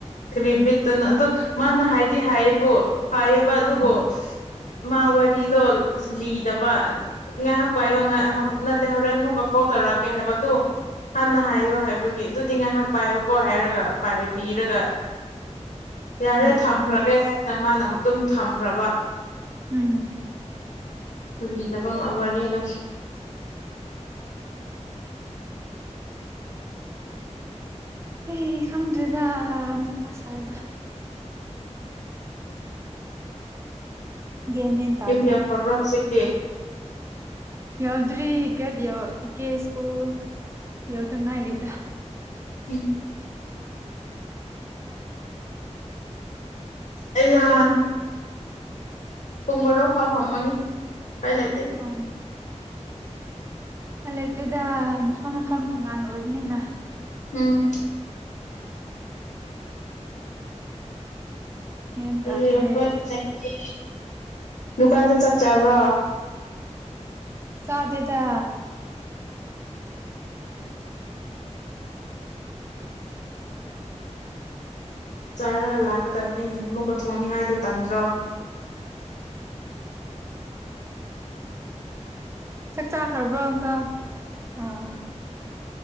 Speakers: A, on the left (about 80°); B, on the right (about 20°).
A: ꯀꯔꯤ ꯠꯇꯅ ꯑꯗꯣ ꯃꯥꯅ ꯍꯥꯏꯗꯤ ꯍꯥꯏꯌꯦꯕꯣ ꯍ ꯑꯦꯕ ꯑꯗꯨꯕꯨꯣ
B: ꯎꯝ
A: ꯃꯥ ꯋꯥꯔꯤꯗꯣ ꯂꯤꯗꯕ ꯉꯥꯏꯍꯥꯛ ꯄꯥꯏꯌꯣ ꯅꯠꯇꯦ ꯍꯣꯔꯦꯟ ꯃꯨꯛꯀ ꯀꯣꯜ ꯇꯧꯔꯛꯀꯦ ꯍꯥꯏꯕꯗ ꯍꯥꯟꯅ ꯍꯥꯏꯌꯣ ꯍꯥꯏꯕꯒꯤ ꯑꯗꯨꯗꯤ ꯉꯥꯏꯍꯥꯛ ꯄꯥꯏꯌꯣꯀꯣ ꯍꯥꯏꯔꯒ ꯄꯕꯤꯔꯒ ꯌꯥꯔꯦ
B: ꯎꯝ
A: ꯊꯝꯈ꯭ꯔꯒꯦ ꯍꯥꯏ ꯅ ꯃꯥꯅ ꯑꯗꯨꯝ ꯊꯝꯈ꯭ꯔꯕ
B: ꯎꯝ
A: ꯃꯥ ꯂꯤꯗꯕ ꯋꯥꯔꯤꯗꯣ
B: ꯑꯩ ꯈꯪꯗ꯭ꯔꯦꯗ ꯊ ꯁ꯭ꯋꯥꯏꯗ ꯒ꯭ꯌꯥꯟ ꯃꯦꯟ ꯇꯥꯗ꯭ꯔꯦ
A: ꯌ ꯌꯥꯝ ꯐꯕ꯭ꯔ ꯍꯧꯖꯤꯦ ꯇ
B: ꯌꯥꯎ ꯇ꯭ꯔꯤꯒꯦꯠꯣ ꯏ ꯀꯦ ꯏꯁ꯭ꯀꯨꯜ ꯌꯎꯗ ꯉ ꯍꯥꯏꯗ
A: ꯎꯝ ꯑꯌꯥ
B: ꯅꯪꯗꯤ ꯄꯨꯡ
A: ꯄꯨꯡ ꯃꯔꯣꯛ ꯐꯥꯎ ꯐꯝꯒꯅꯤ ꯀꯥꯏ ꯂꯥꯏꯇ
B: ꯑ ꯐꯂꯦ ꯑꯗꯨꯗ ꯃꯐꯝ ꯃꯐꯝ ꯇꯣꯉꯥꯟꯅ ꯑꯣꯏꯕꯅꯤꯅ
A: ꯎꯝ
B: ꯒ꯭ꯌꯥꯟ
A: ꯀꯣꯏ
B: ꯇꯥꯗ꯭ꯔꯦ
A: ꯑꯩꯈꯣꯏꯥꯏꯅꯦ ꯗꯨꯀꯥꯟꯗ ꯆꯥꯛ ꯆꯥꯕ꯭ꯔꯥ
B: ꯁꯥꯗꯦꯗ ꯣ
A: ꯆꯥꯔꯒ ꯂꯥꯛꯀꯗꯕꯅꯤ ꯅ ꯑꯃꯨꯛꯀ ꯊꯣꯡꯅꯤꯡꯉꯥꯏꯗꯨ ꯇꯥꯟꯗ꯭ꯔꯣ
B: ꯆꯠꯆꯥ ꯈꯕ꯭ꯔꯣꯪꯀ ꯑꯥ